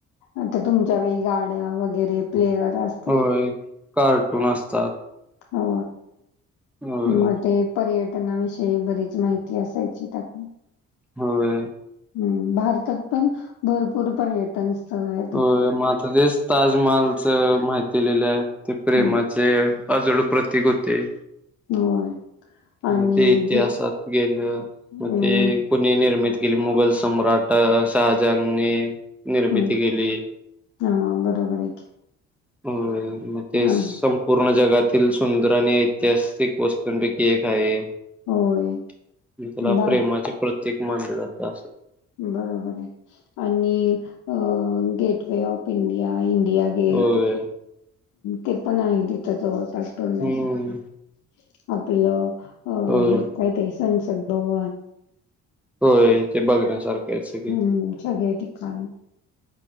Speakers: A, on the left; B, in the centre.
A: आता तुमच्या वेळी गाड्या वगैरे प्लेअर अस.
B: होय कार्टून असतात.
A: हो,
B: होय
A: मग ते पर्यटनाविषयी बरीच माहिती असायची त्यात न.
B: होय
A: <inaudible> हम्म भारतात पण भरपूर पर्यटन स्थळ हायत.
B: हो म आता तेच ताजमहालच माहिती दिलेलं आहे, ते प्रेम-
A: हं.
B: चे आजुड प्रतीक होते.
A: होय. आणि
B: मग ते इतिहासात
A: जे
B: गेलं.
A: हं,
B: मग ते कुणी निर्मित केली मुघल सम्राट शहाजांनी निर्मिती
A: हं.
B: केली.
A: हा बरोबर आहे की.
B: <inaudible> हो मग ते
A: आणि
B: संपूर्ण जगातील सुंदर आणि ऐतिहासिक वस्तूं पैकी एक आहे <inaudible>
A: होय.
B: मग त्याला
A: बघ
B: प्रेमाचे प्रतीक मानलं जातं अस.
A: बरोबर आहे आणि गेट व ऑफ इंडिया, इंडिया गेट
B: होय
A: ते पण आहे तिथ जवळ-पास <unintelligible>
B: हम्म
A: आपलं अ
B: होय
A: हे काय ते आहे संनसद भवन.
B: होय ते बघण्यासारखा हाय सगळी.
A: हम्म सगळे ठिकाण.